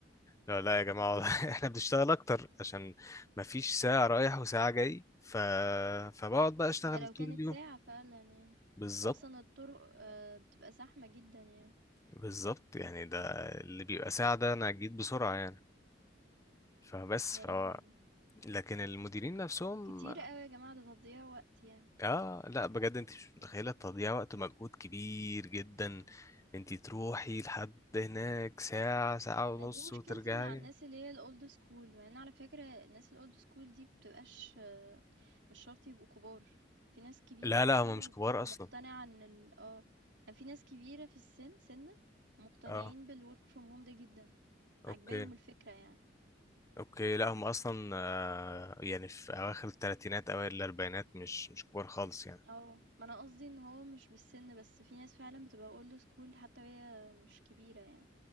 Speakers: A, on the left; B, on the right.
A: لا لا يا جماعه والله <laughs> احنا بنشتغل اكتر عشان مفيش ساعه رايح وساعه جاي ف فبقعد بقى اشتغل
B: ده لو
A: طول
B: كانت
A: اليوم
B: ساعة فعلًا يعني.
A: بالظبط
B: وأصلًا الطرق آآ بتبقى زحمة جدًا يعني.
A: بالظبط يعني ده اللي بيبقى ساعه ده انا جيت بسرعه يعني فبس
B: يا
A: فهو
B: لهوي!
A: لكن المديرين نفسهم
B: كتير أوي يا جماعة، ده تضييع وقت يعني.
A: اه لا بجد انت مش متخيله تضييع وقت ومجهود كبير جدا انت تروحي لحد هناك ساعه ساعه
B: أنا
A: ونص
B: دي مشكلتي
A: وترجعي
B: مع الناس اللي هي الold school، مع إن على فكرة الناس الold school دي بتبقاش آه، مش شرط يبقوا كبار، في ناس كبيرة
A: لا لا
B: أصلًا
A: هم مش
B: وبتبقى
A: كبار اصلا
B: مقتنعة إن ال آه، يعني في ناس كبيرة في السِن سِنًا مقتنعين
A: اه
B: بالwork from home ده جدًا،
A: اوكي
B: عاجباهم الفكرة يعني.
A: اوكي لا هم اصلا آه، يعني في اواخر الثلاثينات اوائل الاربعينات مش مش كبار خالص يعني
B: آه، ما أنا قصدي إن هو مش بالسن بس في ناس فعلًا بتبقى old school حتى وهي مش كبيرة يعني،